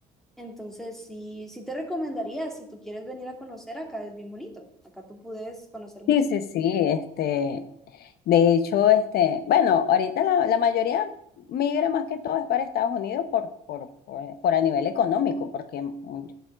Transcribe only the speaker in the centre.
Entonces, sí, sí te recomendaría, si tú quieres venir a conocer, acá es bien bonito. Acá tú puedes conocer muchísimas.